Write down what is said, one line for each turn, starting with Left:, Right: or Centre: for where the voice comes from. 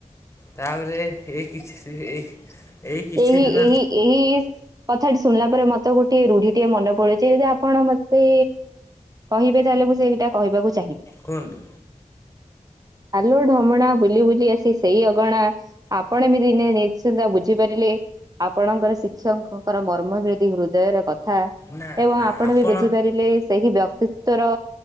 Left: ତାପରେ ଏଇ କିଛି ସି ଏଇ ଏଇ କିଛି
Right: ଏହି,
Left: ଦିନ
Right: ଏହି, ଏହି କଥାଟି ଶୁଣିଲା ପରେ ମତେ ଗୋଟେ ରୁଢ଼ିଟିଏ ମନେପଡ଼େ। ସେ ଯଦି ଆପଣ ମତେ କହିବେ ତାହେଲେ ମୁଁ ସେଇଟା କହିବାକୁ ଚାହିଁବି।
Left: କୁହନ୍ତୁ
Right: ଆଲୋ ଢ଼ମଣା ବୁଲି ବୁଲି ଆସି ସେଇ ଅଗଣା, ଆପଣା ବି ଦିନେ ନିିଶ୍ଚିନ୍ତ ବୁ ଝି ପାରିଲେ ଆପଣଙ୍କର ଶିକ୍ଷକଙ୍କର ମର୍ମ ବ୍ରେଦି ହୃଦୟର କଥା।
Left: ନା
Right: ଏବଂ
Left: ନା
Right: ଆପଣବି
Left: ଆପଣ
Right: ବୁଝିପାରିଲେ ସେହି ବ୍ୟକ୍ତି ତୋର